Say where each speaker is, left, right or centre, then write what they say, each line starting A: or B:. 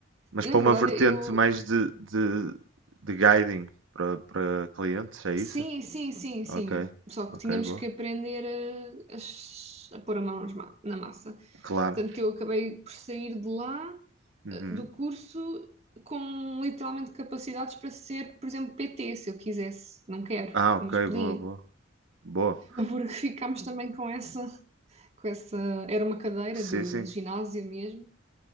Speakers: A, on the right; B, on the right.
A: Mas para
B: na
A: uma
B: verdade,
A: vertente
B: eu.
A: mais de, de, de guiding para, para clientes, é isso?
B: Sim, sim, sim, sim.
A: Ok.
B: Só
A: Ok,
B: que tínhamos
A: boa.
B: que aprender a, a, s- a pôr a mão nas ma- na massa.
A: Claro.
B: Tanto que eu acabei por sair de lá.
A: Uhum.
B: eh, do curso com literalmente capacidades para ser, por exemplo, PT, se eu quisesse. Não quero,
A: Ah, ok,
B: mas podia.
A: boa, boa. Boa.
B: Porque ficámos também com essa, com essa, era uma cadeira
A: Sim,
B: de,
A: sim.
B: de ginásio mesmo,